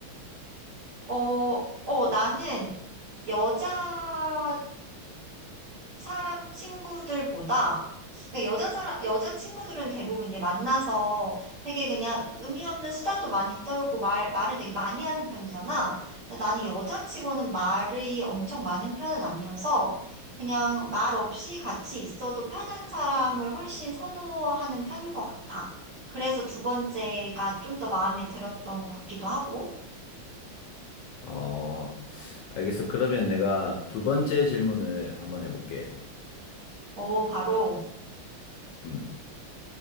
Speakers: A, on the right; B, on the left.
A: 어, 어, 나는 여자 사람 친구들보다 그러니까 여자 사람 여자 친구들은 대부분 이제 만나서 되게 그냥 의미 없는 수다도 많이 떨고 말 말을 되게 많이 하는 편이잖아. 근데 나는 여자치고는 말이 엄청 많은 편은 아니어서 그냥 말 없이 같이 있어도 편한 사람을 훨씬 선호하는 편인 것 같아. 그래서 두 번째가 좀 더 마음에 들었던 것 같기도 하고.
B: 어, 알겠어. 그러면 내가 두 번째 질문을 한번 해볼게.
A: 어, 바로
B: 음,